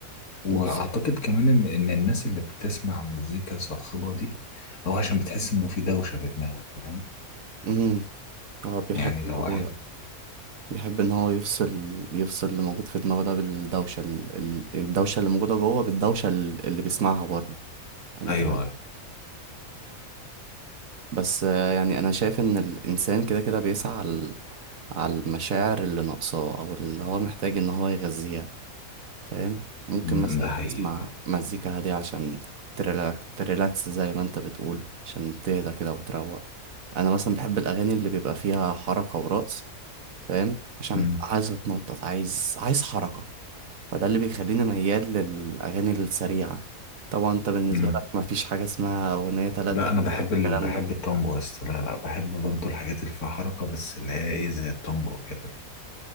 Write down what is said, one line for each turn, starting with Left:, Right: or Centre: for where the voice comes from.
Left: واعتقد
Right: بص
Left: كمان ان ان الناس اللي بتسمع مزيكا صاخبة دي او عشان بتحس انه في دوشة في دماغه فاهم
Right: امم هو بيحب
Left: يعني لو
Right: ان هو
Left: واحد
Right: بيحب ان هو يفصل يفصل اللي موجود في دماغه ده بالدوشة ال... ال- الدوشة اللي موجودة جوه بالدوشة ال- اللي بيسمعها بره انا
Left: ايوه
Right: فاهم
Left: ايوه
Right: بس آه، يعني انا شايف ان الانسان كده كده بيسعى على على المشاعر اللي ناقصاه او اللي هو محتاج ان هو يغذيها فاهم ممكن
Left: أمم،
Right: مثلا
Left: ده حقيقي
Right: تسمع
Left: فاهم
Right: مزيكا هادية عشان تريلاك تريلاكس زي ما انت بتقول عشان تهدى كده وتروق انا مثلا بحب الاغاني اللي بيبقى فيها حركة ورقص فاهم عشان
Left: أمم،
Right: عايز اتنطط عايز عايز حركة فده اللي بيخليني ميال للاغاني السريعة طبعا انت بالنسبة
Left: أمم.
Right: لك مفيش حاجة اسمها اغنية تلات
Left: لا
Right: دقايق
Left: انا بحب
Right: الكلام
Left: ال... بحب
Right: ده
Left: التانجو بس لا لا بحب برضو الحاجات اللي فيها حركة بس اللي هي ايه زي التانجو كده